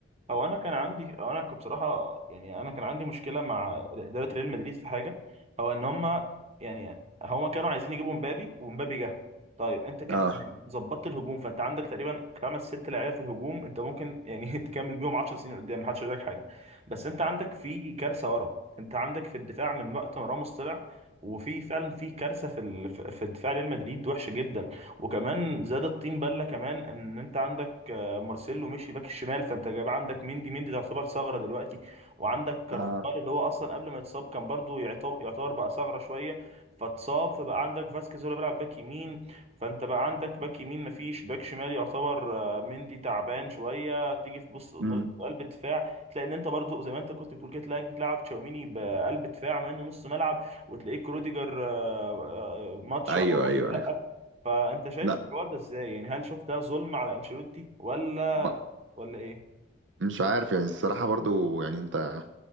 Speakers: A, on the right (about 35°); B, on the right (about 85°).
A: هو انا كان عندي هو انا كنت بصراحه يعني انا كان عندي مشكله مع اداره ريال مدريد في حاجه هو ان هم يعني هم كانوا عايزين يجيبوا مبابي ومبابي جه طيب انت كان
B: اه
A: يعني ظبطت الهجوم فانت عندك تقريبا خمس ست لعيبه في الهجوم انت ممكن يعني <laughs> تكمل بيهم 10 سنين قدام محدش يقول لك حاجه بس انت عندك في كارثه ورا انت عندك في الدفاع من وقت ما راموس طلع وفي فعلا في كارثه في ال- في في دفاع ريال مدريد وحشه جدا وكمان زاد الطين بله كمان ان انت عندك مارسيلو مشي باك الشمال فانت جايب عندك مندي مندي تعتبر ثغره دلوقتي وعندك كارفاخال
B: اه
A: اللي هو اصلا قبل ما يتصاب كان برضو يعتبر يعتبر بقى ثغره شويه فاتصاب فبقى عندك فاسكيز هو اللي بيلعب باك يمين فانت بقى عندك باك يمين مفيش باك شمال يعتبر آه، مندي تعبان شويه تيجي في بص
B: امم
A: قلب الدفاع تلاقي ان انت برضو زي ما انت كنت بتقول كده تلاقيك بتلعب تشاوميني بقلب دفاع مع انه نص ملعب وتلاقيك روديجر آه، آه، ماتش
B: ايوه
A: أو-
B: ايوه
A: لا
B: ايوه
A: فانت شايف
B: لا
A: الحوار ده ازاي يعني هل شوف ده ظلم على انشيلوتي ولا
B: ب-
A: ولا ايه
B: مش عارف يعني الصراحه برضو يعني انت